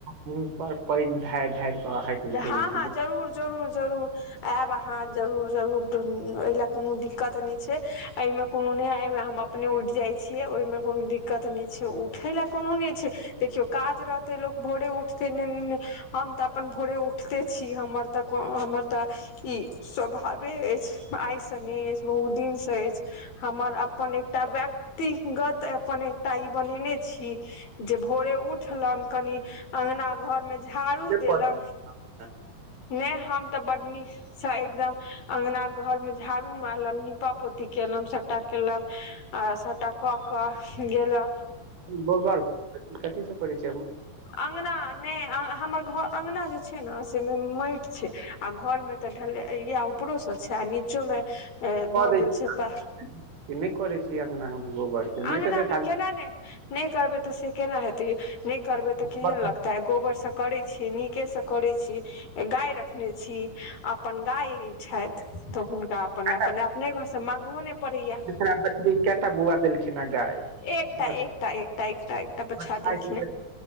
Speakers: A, on the right; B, on the left.
A: मुँह पर पानि ढारि ढ़ारि कऽ अहाँके उठबै
B: हँ हँ
A: छी
B: जरूर जरूर जरूर आयब अहाँ जरूर जरूर एहि ल कोनो दिक्कत नहि छै ऐमे कोनो नहि ए मे हम अपने उ जाइ छियै ओहिमे कोनो दिक्कत नहि छै उठे ला कोनो नहि छै देखियो काज रहते लोको भोरे उठ न हम तऽ अपन भोरे उठते छी हमर तऽ हमर तऽ ई स्वभावे अछि आ तनी उ दिन से अछि हमर अपन एकटा व्यक्तिगत तऽ अपन एकटा ई बनेने छी जे भोरे उठलक कनि अङगना घरमे झाड़ू
A: प
B: देलम नहि हम तऽ बड नीसँ एकदम अंगना घरमे झाड़ू मारलक नीपा पोती केलहुं सबटा केलम आ सब त क क ग गेलल
A: गोबर कथी सभ पढ़ै छै
B: अंगना नहि हमर घ अंगना जे छै ने से माट छै आ घरमे तऽ ढल इह ऊपरो से छै आ नच चोमे
A: कऽ
B: भऽ
A: दै
B: गेल
A: छियै
B: छै प
A: कि नहि करै छियै अंगना मे गोबर के
B: अंगना
A: माटि से
B: मे
A: खाली
B: केना ने नहि करबै तऽ से केना हेतै नहि करबे तऽ केहन
A: बस
B: लगतै गोबरसँ करै छियै नीकेसँ करै छियै गाय रखने छी अपन गाय छथि तऽ हुनका अपन
A: काटा
B: अपन अपने घरसँ मागहो नहि पड़ैया
A: बछड़ा बछड़ी केटा बौआ देलखिन ह गाय
B: एकटा एकटा
A: बछ-
B: एकटा एकटा एकटा प
A: बछड़ा
B: छा देलेखिन
A: की बछ-
B: हन